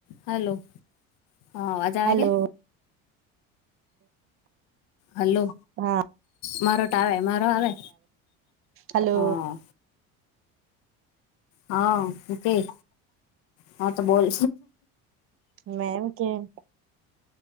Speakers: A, on the left; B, on the right.
A: Hello. હા અવાજ આવે
B: Hello
A: કે? hello.
B: હા
A: મારો તો આવે મારો આવે
B: હલો
A: હા. હા હું કેય હા તો બોલ.
B: મે એમ કેમ